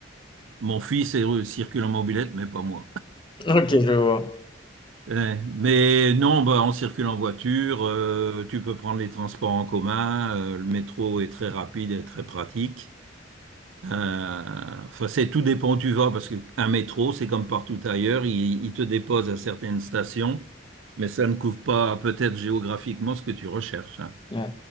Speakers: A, on the right; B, on the left.
A: mon fils est, euh, circule en mobilette, mais pas moi.
B: <laughs> Ok, je vois.
A: Eh, mais non, bah, on circule en voiture. euh, tu peux prendre les transports en commun. euh, le métro est très rapide et très pratique. Euh, enfin, c'est tout dépend où tu vas, parce qu'un métro, c'est comme partout ailleurs, il, il te dépose à certaines stations, mais ça ne couvre pas peut-être géographiquement ce que tu recherches. hein.
B: Ouais.